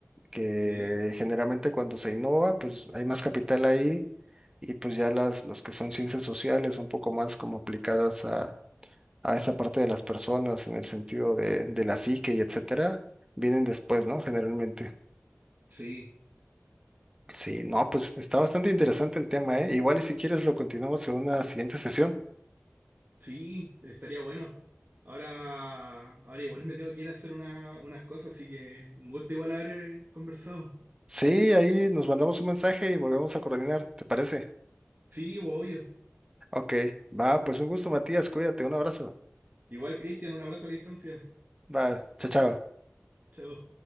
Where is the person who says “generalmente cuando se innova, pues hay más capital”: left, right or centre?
Right